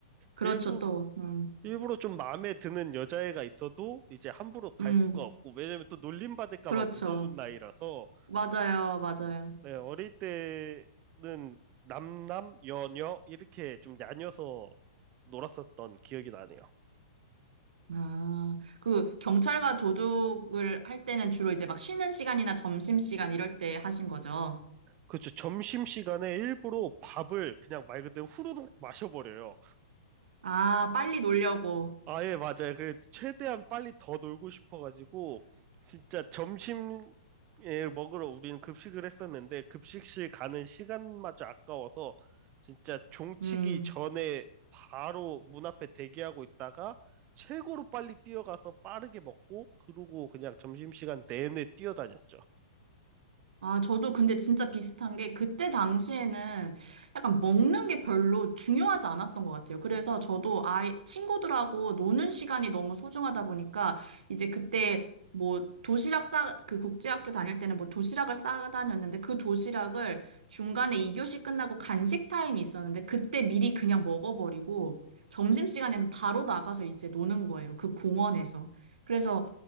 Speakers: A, on the right; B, on the right.
A: 그렇죠,
B: 일부러,
A: 또. 음.
B: 일부러 좀 마음에 드는 여자애가 있어도 이제 함부로 갈
A: 음,
B: 수가 없고, 왜냐면 또 놀림 받을까
A: 그렇죠.
B: 봐 무서운 나이라서,
A: 맞아요, 맞아요.
B: 예, 어릴 때는 남남, 여녀 이렇게 좀 나뉘어서 놀았었던 기억이 나네요.
A: 아, 그 경찰과 도둑을 할 때는 주로 이제 막 쉬는 시간이나 점심시간 이럴 때 하신 거죠.
B: 그렇죠. 점심시간에 일부러 밥을 그냥 말 그대로 후루룩 마셔버려요.
A: 아, 빨리 놀려고.
B: 아, 예, 맞아요. 그, 최대한 빨리 더 놀고 싶어가지고, 진짜 점심에 먹으러 우리는 급식을 했었는데, 급식실 가는 시간마저 아까워서, 진짜 종치기
A: 음.
B: 전에 바로 문 앞에 대기하고 있다가, 최고로 빨리 뛰어가서 빠르게 먹고, 그러고 그냥 점심시간 내내 뛰어다녔죠.
A: 아, 저도 근데 진짜 비슷한 게 그때 당시에는 약간 먹는 게 별로 중요하지 않았던 것 같아요. 그래서 저도 아이, 친구들하고 노는 시간이 너무 소중하다 보니까 이제 그때 뭐 도시락 싸, 그 국제학교 다닐 때는 뭐 도시락을 싸 다녔는데 그 도시락을 중간에 2교시 끝나고 간식 타임이 있었는데 그때 미리 그냥 먹어버리고 점심시간에는 바로 나가서 이제 노는 거예요. 그 공원에서. 그래서